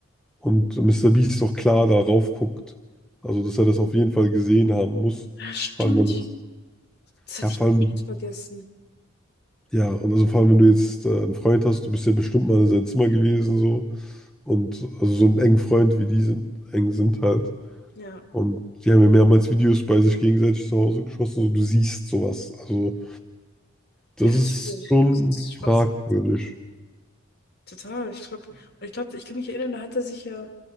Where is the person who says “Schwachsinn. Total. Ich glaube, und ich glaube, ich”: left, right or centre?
Left